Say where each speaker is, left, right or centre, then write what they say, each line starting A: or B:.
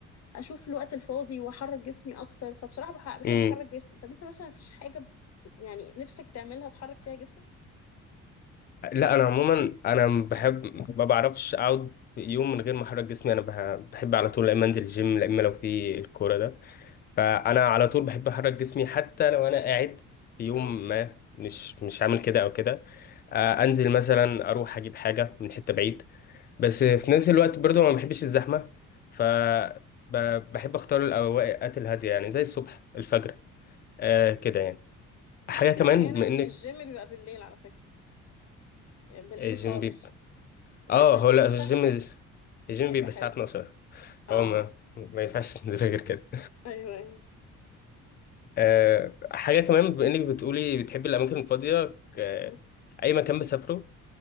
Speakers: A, on the left; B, on the left.
A: اشوف الوقت الفاضي واحرك جسمي اكتر فبصراحة بح- بحب
B: امم
A: احرك جسمي طب انت مثلا مفيش حاجة ب- يعني نفسك تعملها تحرك فيها جسمك
B: لا انا عموما انا بحب ما بعرفش اقعد يوم من غير ما احرك جسمي انا بح- بحب على طول لا اما انزل الجيم لا اما لو في الكوره ده فانا على طول بحب احرك جسمي حتى لو انا قاعد في يوم
A: اه
B: ما مش مش عامل كده او كده آه، انزل مثلا اروح اجيب حاجه من حته بعيد بس في نفس الوقت برضو ما بحبش الزحمه ف ب- بحب اختار الاوقات الهاديه يعني زي الصبح الفجر آه كده يعني حاجه
A: فكرة
B: كمان
A: احيانا
B: بما
A: الجيم
B: انك
A: بيبقى بالليل على فكرة آه، بالليل
B: الجيم
A: خالص لو
B: اه
A: ما بيفتح
B: هو لا في الجيم
A: اه
B: الجيم
A: بيبقى
B: بيبقى
A: حلو
B: الساعة 12
A: اه
B: هو ما ما ينفعش <laughs> تنزل غير كده
A: ايوه ايوه
B: أه حاجة كمان بما انك بتقولي بتحبي الأماكن الفاضية ك-
A: مم.
B: أي مكان بسافره